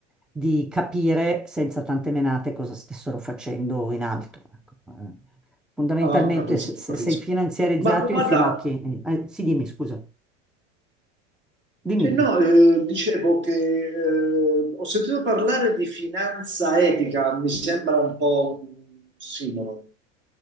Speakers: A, in the centre; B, on the right.
A: di capire senza tante menate cosa stessero facendo in alto. ecco. Eh, Fondamentalmente,
B: Ah, capisco,
A: se, se
B: capisco.
A: sei finanziarizzato
B: Ma guarda,
A: in finocchi, eh, eh, sì, dimmi, scusa, dimmi,
B: cioè,
A: dimmi.
B: no, eh, dicevo che eh, ho sentito parlare di finanza etica, mi sembra un po' un simolo,